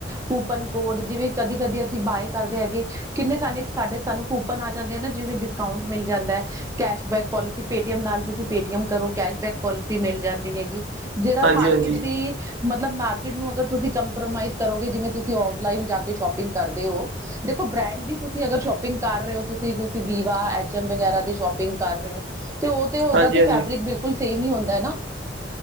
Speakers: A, on the right; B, on the right.
A: ਕੂਪਨ ਕੋਡ, ਜਿਵੇਂ ਕਦੀ -ਕਦੀ ਅਸੀਂ ਬਾਏ ਕਰਦੇ ਹੈਗੇ ਕਿੰਨੇ ਸਾਨੂੰ, ਸਾਡੇ ਸਾਨੂੰ ਕੂਪਨ ਆ ਜਾਂਦੇ ਆ ਨਾ, ਜਿਵੇਂ ਡਿਸਕਾਊਂਟ ਮਿਲ ਜਾਂਦਾ ਕੈਸ਼ਬੈਕ ਪੋਲਿਸੀ ਪੇਟੀਐਮ ਨਾਲ ਤੁਸੀਂ ਪੇਟੀਐਮ ਕਰੋ ਕੈਸ਼ਬੈਕ ਪੋਲਿਸੀ ਮਿਲ ਜਾਂਦੀ ਹੈਗੀ, ਜਿਹੜਾ
B: ਹਾਂਜੀ
A: ਮਾਰਕੀਟ
B: ਹਾਂਜੀ
A: ਦੀ ਮਤਲਬ ਮਾਰਕੀਟ ਨੂੰ ਅਗਰ ਤੁਸੀਂ ਕੰਪਰੋਮਾਈਜ਼ ਕਰੋਗੇ ਜਿਵੇਂ ਤੁਸੀਂ ਔਨਲਾਈਨ ਜਾ ਕੇ ਸ਼ੋਪਿੰਗ ਕਰਦੇ ਹੋ ਦੇਖੋ ਬ੍ਰੈਂਡ ਦੀ ਤੁਸੀਂ ਅਗਰ ਸ਼ੋਪਿੰਗ ਕਰ ਰਹੇ ਹੋ ਤੁਸੀਂ, ਤੁਸੀਂ ਵੀਵਾ, ਐਚ ਐਮ ਵਗੈਰਾ ਦੀ ਸ਼ੋਪਿੰਗ ਕਰ ਰਹੇ ਹੋ ਤੇ ਉਹ ਤੇ ਉਹਦਾ
B: ਹਾਂਜੀ
A: ਤੇ
B: ਹਾਂਜੀ
A: ਫੈਬਰਿਕ ਬਿਲਕੁਲ ਸੇਮ ਹੀ ਹੁੰਦਾ ਹੈ ਨਾ,